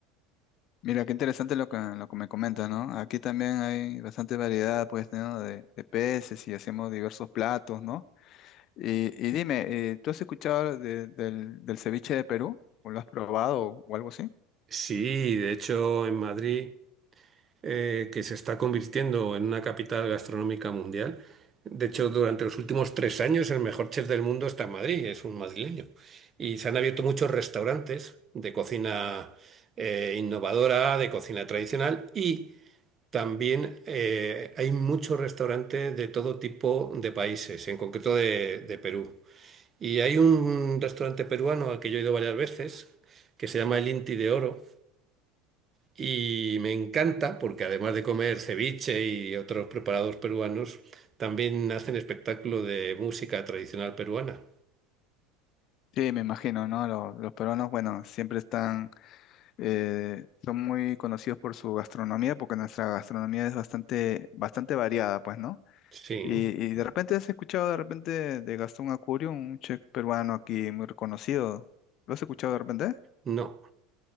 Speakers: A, on the left (about 50°); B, on the right (about 35°).
A: Mira, qué interesante lo que, lo que me comentas, ¿no? Aquí también hay bastante variedad, pues, ¿no? De, de peces y hacemos diversos platos, ¿no? Y, y dime, eh, ¿tú has escuchado de- del, del ceviche de Perú? ¿O lo has probado o algo así?
B: Sí, de hecho en Madrid eh, que se está convirtiendo en una capital gastronómica mundial. De hecho, durante los últimos tres años el mejor chef del mundo está en Madrid, es un madrileño. Y se han abierto muchos restaurantes de cocina eh, innovadora, de cocina tradicional y también eh, hay muchos restaurantes de todo tipo de países, en concreto de, de Perú. Y hay un restaurante peruano al que yo he ido varias veces, que se llama El Inti de Oro y me encanta porque además de comer ceviche y otros preparados peruanos, también hacen espectáculo de música tradicional peruana.
A: Sí, me imagino, ¿no? Los, los peruanos, bueno, siempre están, eh, son muy conocidos por su gastronomía, porque nuestra gastronomía es bastante, bastante variada, pues, ¿no?
B: Sí,
A: Y, y de repente has escuchado de repente de Gastón Acurio, un chef peruano aquí muy reconocido. ¿Lo has escuchado de repente?
B: no,